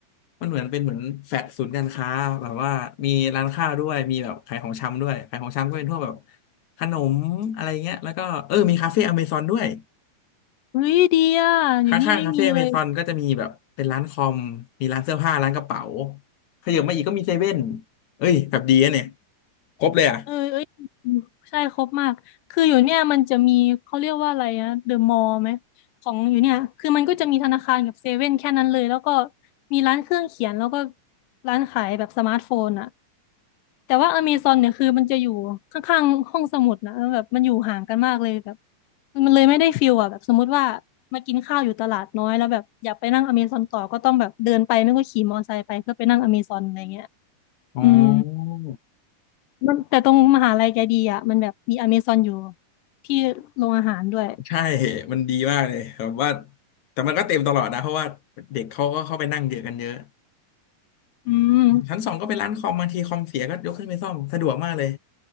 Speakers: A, on the left; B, on the left.
A: มันเหมือนเป็นเหมือนแฟลตศูนย์การค้าแบบว่ามีร้านข้าวด้วยมีแบบขายของชำด้วยขายของชำก็เป็นพวกแบบขนมอะไรเงี้ยแล้วก็เออมีคาเฟ่อเมซอนด้วย
B: เฮ้ยดีอ่ะอยู่นี่ไม่มีเลย
A: ข้างๆคาเฟ่อเมซอนก็จะมีแบบเป็นร้านคอมมีร้านเสื้อผ้าร้านกระเป๋าขยับมาอีกก็มีเซเว่นเอ้ยแบบดีอะเนี่ยครบเลยอ่ะ
B: เอ้ยเอ้ยใช่ครบมาก คืออยู่เนี่ยมันจะมีเขาเรียกว่าอะไรนะเดอะมอลล์ไหมของอยู่เนี่ยคือมันก็จะมีธนาคารกับเซเว่นแค่นั้นเลยแล้วก็มีร้านเครื่องเขียนแล้วก็ร้านขายแบบสมาร์ทโฟนอะแต่ว่าอเมซอนเนี่ยคือมันจะอยู่ข้างๆห้องสมุดนะแล้วแบบมันอยู่ห่างกันมากเลยแบบมันเลยไม่ได้ฟิลอะแบบสมมติว่ามากินข้าวอยู่ตลาดน้อยแล้วแบบอยากไปนั่งอเมซอนต่อก็ต้องแบบเดินไปไม่ก็ขี่มอเตอร์ไซค์ไปเพื่อไปนั่งอเมซอนอะไรเงี้ย
A: อ๋อ
B: อืม มันแต่ตรงมหาลัยแกดีอ่ะมันแบบมีอเมซอนอยู่ที่โรงอาหารด้วย
A: ใช่มันดีมากเลยแบบว่าแต่มันก็เต็มตลอดนะเพราะว่าเด็กเขาก็เข้าไปนั่งเยอะกันเยอะ
B: อืม
A: ชั้นสองก็เป็นร้านคอมบางทีคอมเสียก็ยกขึ้นไปซ่อมสะดวกมากเลย